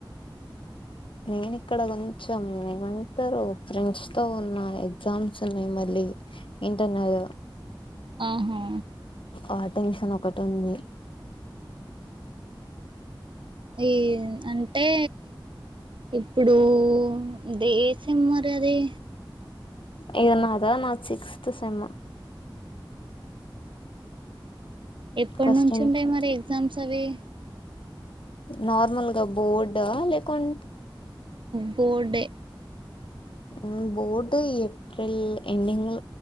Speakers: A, on the left; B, on the right.
A: నేన్ ఇక్కడ కొంచం ఏమంటారు ఫ్రెండ్స్ తో ఉన్న ఎగ్జామ్స్ ఉన్నాయి మళ్ళీ ఇంటర్నల్
B: ఆహా
A: ఆ టెన్షన్ ఒకటుంది.
B: ఈ అంటే ఇప్పుడు దే సెమ్ మరదే
A: ఇది నాదా నాద్ సిక్స్త్ సెమ్
B: ఎప్పట్నుంచ్
A: ఫస్ట్ ఇంటర్.
B: ఉంటయి మరి ఎగ్జామ్స్ అవి
A: నార్మల్గా బోర్డ లేకుం
B: బోర్డే
A: మ్ బోర్డ్ ఏప్రిల్ ఎండింగ్లో